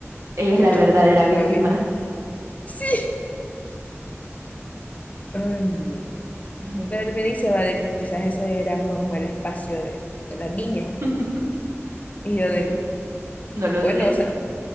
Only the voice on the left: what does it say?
Y
todo
por culpa
de Win. Sí. Ay, no.
Pero él me dice, va, de que quizás ese era como el espacio de, de la niña.
Y yo de,
bueno,
o sea,